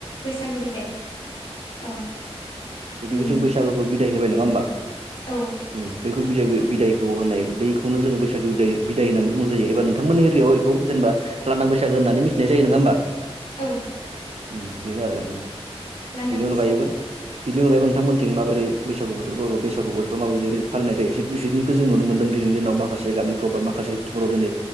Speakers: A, on the left (about 55°); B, on the right (about 75°).
A: बैसागु बिदाय औ।
B: बिदिनो
A: उम
B: जों बैसागुखौ बिदाय होबाय नङा होमबा?
A: औ
B: ओम बैखौ बिदाय बिदायखौ होननाय बैखौनो जोङो बैसागु बिदाय बिदाय होननानै बुंनाय जायो एबा नोंथांमोननि एरियायाव इखौ जेनेबा लादां बैसागो होननानै मिथिनाय जायो नङा होमबा?
A: औ।
B: ओम बेनो आरो ओम
A: लांदां
B: बेनि
A: बैसागो
B: अनगायैबो बिनि अनगायैबो नोंथांमोनथिं माबोरै बैसागु बोथोरखौ बैसागु बोथोर माबायदि फालिनाय जायो एसे दिनखौ जों नुनो मोनदों दि दिनाव माखासे गामिफ्राव बा माखासे गामिफोराव‌ दिनै